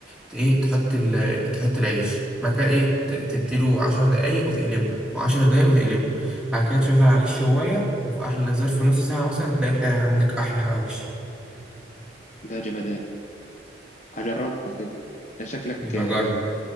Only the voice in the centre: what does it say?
ت- ايه تحط ال... تحط العيش بعد كده ايه ت- تديله 10 دقايق وتقلبه و10 دقايق وتقلبه بعد كده تشغل عليه الشواية وفي أحلى ظرف نص ساعة مثلا تلاقي تلاقي عندك أحلى حواوشي
يبقى
جرب